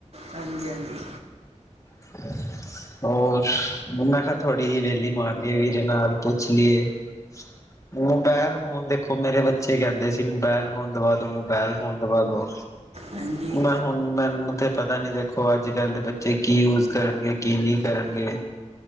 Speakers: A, on the right; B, on the left.
A: ਹਾਂਜੀ- ਹਾਂਜੀ।
B: <inaudible> ਹੋਰ ਮੈਂ ਕਿਹਾ, ਥੋੜ੍ਹੀ ਜਿਹੀ ਵਹਲੀ ਮਾਰ ਲਈਏ ਵੀਰੇ ਨਾਲ ਪੁੱਛ ਲਈਏ। <inaudible> ਮੋਬਾਇਲ ਫੋਨ ਦੇਖੋ ਮੇਰੇ ਬੱਚੇ ਕਹਿੰਦੇ ਸੀ ਮੋਬਾਇਲ ਫੋਨ ਦਵਾਦੋ ਮੋਬਾਇਲ ਫੋਨ ਦਵਾ ਦੋ।
A: ਹਾਂਜੀ
B: ਮੈਂ ਹੁਣ ਮੈਨੂੰ ਤੇ ਪਤਾ ਨੀ ਦੇਖੋ ਅੱਜ- ਕੱਲ ਦੇ ਬੱਚੇ ਕੀ ਯੂਜ ਕਰਨਗੇ ਕੀ ਨੀ ਕਰਨਗੇ।